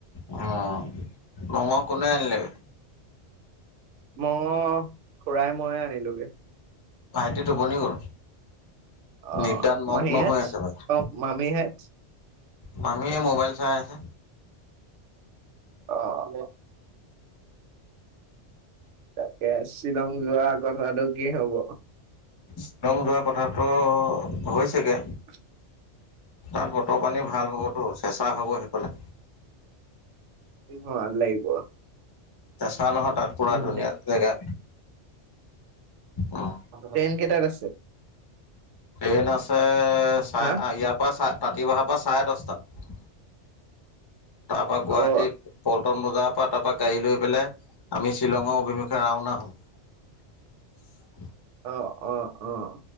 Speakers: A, on the left (about 30°); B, on the right (about 85°).
A: অঁ, মংহ কোনে আনিলেগে?
B: মংহ খুৰাই মই আনিলোগে।
A: ভাইটি টোপনি গ'ল।
B: অঁ,
A: নিদ্ৰাত মগ্ন
B: মহীহেত?
A: হৈ আছে ভাইটি।
B: অঁ, মামিহেত?
A: মামীয়ে মোবাইল চাই আছে।
B: অঁ। তাকে শ্বিলং যোৱা কথাটো কি হ'ব?
A: শ্বিলং যোৱা কথাটো হৈছেগে।
B: <inaudible>
A: <unintelligible> বতৰ পানী ভাল হ'বতো, চেচা হ'ব হে পালে।
B: ভাল লাগিব।
A: <unintelligible> চা নহয় তাত পুৰা
B: উম
A: ধুনীয়া জেগা। উম
B: ট্ৰেইন কেইটাত আছে।
A: ট্ৰেইন আছে, চাই,
B: হা
A: ইয়াৰ পৰা চাই <unintelligible> পৰা চাৰে দহটাত। তাৰপৰা গুৱাহাটী
B: অ
A: পল্টন বজাৰত তাৰ পৰা গাড়ী লৈ পেলাই আমি শ্বিলঙৰ অভিমুখে ৰাওনা হয়।
B: অঁ, অঁ, অঁ।